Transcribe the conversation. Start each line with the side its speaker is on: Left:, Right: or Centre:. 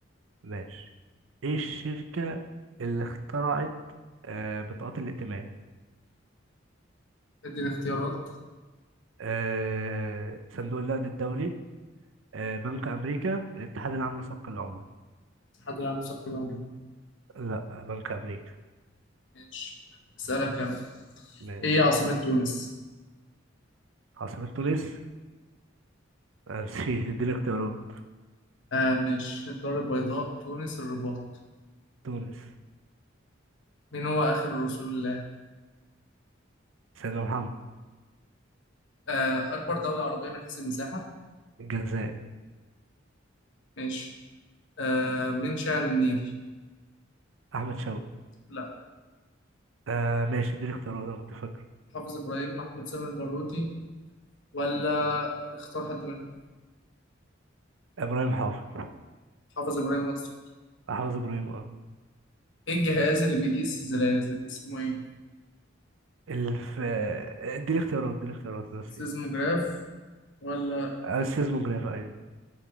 Right: ماشي ايه الشركة اللي اخترعت آه بطاقات الائتمان؟
Left: اديني اختيارات
Right: آه صندوق النقد الدولي آه بنك أمريكا الاتحاد العام لسوق العملة
Left: الاتحاد العام للثقافة العامة
Right: لا بنك أمريكا
Left: ماشي أسألك أنا
Right: ماشي
Left: إيه هي عاصمة تونس؟
Right: عاصمة تونس <laughs> آه، نسيت اديني اختيارات
Left: آه مش الدار البيضاء تونس الرباط
Right: تونس
Left: مين هو آخر رسول الله
Right: سيدنا محمد
Left: آه أكبر دولة عربية من حيث المساحة
Right: الجزائر
Left: ماشي آه من شاعر النيل
Right: أحمد شوقي
Left: لا
Right: آه ماشي اديني اختيارات انا كنت فاكر
Left: حافظ إبراهيم محمود سامي البارودي ولا اختار حد منهم
Right: ابراهيم حافظ
Left: حافظ إبراهيم أصلا
Right: حافظ ابراهيم اه
Left: إيه الجهاز اللي بيقيس الزلازل اسمه إيه
Right: الف اديني اختيارات اديني اختيارات نسيت
Left: سيزموجراف ولا
Right: آه، السيزموجراف ايوه